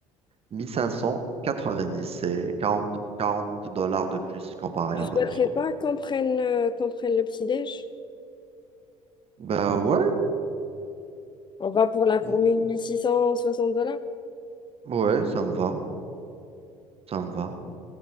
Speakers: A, on the right; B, on the left.
A: mille cinq cent quatre-vingt-dix C'est quarante 40 dollars de plus comparé
B: Tu
A: à
B: souhaiterais
A: l'autre.
B: pas qu'on prenne, euh, qu'on prenne le petit-déj?
A: Bah ouais,
B: On va pour la formule
A: mm,
B: 1660 dollars?
A: ouais, ça me va, ça me va.